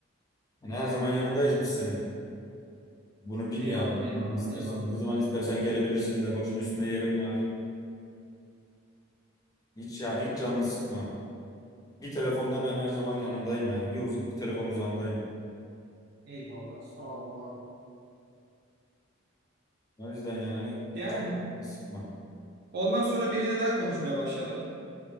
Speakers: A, on the left; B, on the right.
A: Yani her zaman yanındayız biz senin. Bunu bil
B: Eyvallah
A: yani.
B: eyvallah
A: İstersen,
B: eyvallah.
A: ne zaman istersen gelebilirsin de başım üstünde yerim var. Hiç yani hiç canını sıkma. Bir telefonla ben her zaman yanındayım yani. Bir, uz- bir telefon uzağındayım.
B: Eyvallah sağ ol var ol.
A: O yüzden yani
B: Yani
A: çok canını sıkma.
B: ondan sonra biri de daha konuşmaya başladım.